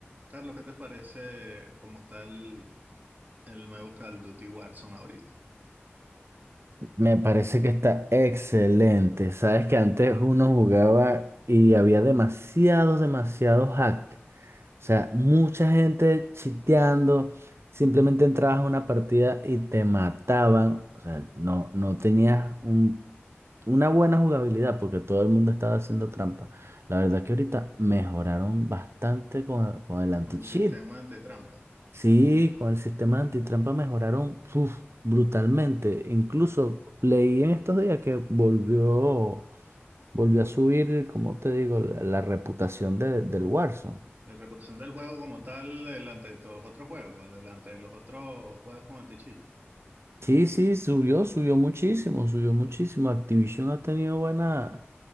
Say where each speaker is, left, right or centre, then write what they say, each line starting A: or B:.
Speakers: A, on the right; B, on the right.
A: Carlos, ¿qué te parece cómo está el, el nuevo Call of Duty Warzone ahorita?
B: Me parece que está excelente. Sabes que antes uno jugaba y había demasiados, demasiados hack. O sea, mucha gente chiteando. Simplemente entrabas a una partida y te mataban. O sea, no, no tenías un- una buena jugabilidad porque todo el mundo estaba haciendo trampa. La verdad que ahorita mejoraron bastante con, con el anti-cheat.
A: Con el sistema antitrampa.
B: Sí, con el sistema antitrampa mejoraron uf, brutalmente. Incluso leí en estos días que volvió, volvió a subir, como te digo, la, la reputación de- del Warzone.
A: La reputación del juego como tal delante de los otros juegos, delante de los otros juegos con anti
B: Sí, sí, subió, subió muchísimo, subió muchísimo. Activision ha tenido buena,